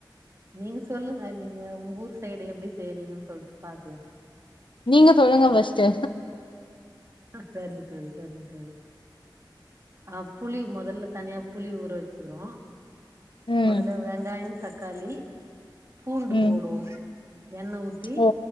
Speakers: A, on the right; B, on the left.
A: நீங்க சொல்லுங்க நீங்க உங்க ஊர் சைடு எப்டி செய்றீங்கன் சொல்ட்டு பாக்கலா
B: நீங்க சொல்லுங்க ஃபஸ்ட்டு
A: சரிங்க தோழி சரிங்க தோழி ஆ புளி முதல்ல தனியா புளி ஊற வச்சுக்குறோ
B: ம்
A: முதல்ல வெங்காய தக்காளி பூண்டு
B: ம்
A: போடுவோ எண்ணெ ஊத்தி
B: ஓ